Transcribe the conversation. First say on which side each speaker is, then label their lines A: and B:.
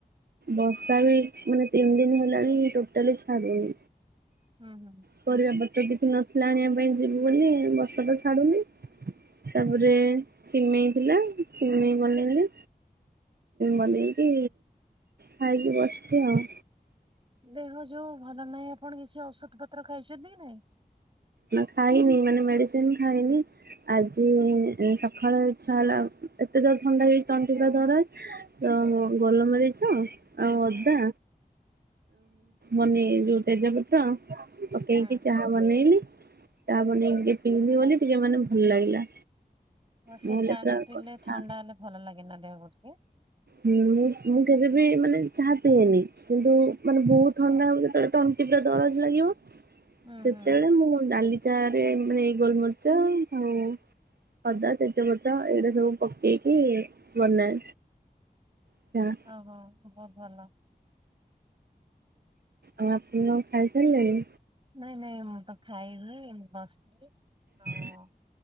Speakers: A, on the right; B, on the right.
A: ବର୍ଷା ବି ମାନେ ତିନି ଦିନ ହେଲାଣି ଟୋଟାଲି ଛାଡୁନି।
B: ହୁଁ ହୁଁ।
A: ପରିବାପତ୍ର କିଛି ନଥିଲା ଆଣିବା ପାଇଁ ଯିବୁ ବୋଲି ବର୍ଷା ତ ଛାଡୁନି। ତାପରେ ସିମେଇ ଥିଲା ସିମେଇ ବନେଇଲି। ବନେଇକି ଖାଇକି ବସିଛି ଆଉ।
B: ଦେହ ଯୋଉ ଭଲ ନାହିଁ ଆପଣ କିଛି ଔଷଧ ପତ୍ର ଖାଇଛନ୍ତି ନାଇଁ?
A: ନା ଖାଇିନି ମାନେ ମେଡିସିନ୍ ଖାଇିନି। ଆଜି ସକାଳ ଇଚ୍ଛା ହେଲା ଏତେ ଜୋରେ ଥଣ୍ଡା ହେଇଛି ତଣ୍ଟି ପୁରା ଦରଜ। ତ ଗୋଲ ମରିଚ ଆଉ
B: ହୁଁ
A: ଅଦା ମନି ଯୋଉ ତେଜପତ୍ର ପକେଇକି
B: ହୁଁ
A: ଚାହା ବନେଇଲି ଚାହା ବନେଇକି ଟିକେ ପିଇଲି ବୋଲି ଟିକେ ମାନେ ଭଲ ଲାଗିଲା।
B: ହଁ ସେ
A: ନହେଲେ
B: ଚା
A: ପୁରା
B: ଟା ପିଇଲେ
A: କଥା
B: ଥଣ୍ଡା ହେଲେ ଭଲ ଲାଗେନା ଦେହକୁ ଟିକେ
A: ହୁଁ ମୁଁ ମୁଁ କେବେବି ମାନେ ଚାହା ପିଇଏନି କିନ୍ତୁ ମାନେ ବହୁତ ଥଣ୍ଡା ହବ ଯେତେବେଳେ ତଣ୍ଟି ପୁରା ଦରଜ ଲାଗିବ
B: ହୁଁ
A: ସେତେବେଳେ
B: ହୁଁ
A: ମୁଁ ଡାଲି ଚା ରେ ମାନେ ଗୋଲମରିଚ ଆଉ ଅଦା, ତେଜପତ୍ର ଏଇରା ସବୁ ପକେଇକି ବନାଏ। ଆଚ୍ଛା।
B: ଓହୋ ବହୁତ ଭଲ।
A: ଆଉ ଆପଣ ଖାଇ ସାରିଲେଣି?
B: ନାଇଁ ନାଇଁ ମୁଁ ତ ଖାଇନି ବସିଥିଲି। ଆଉ
A: ହ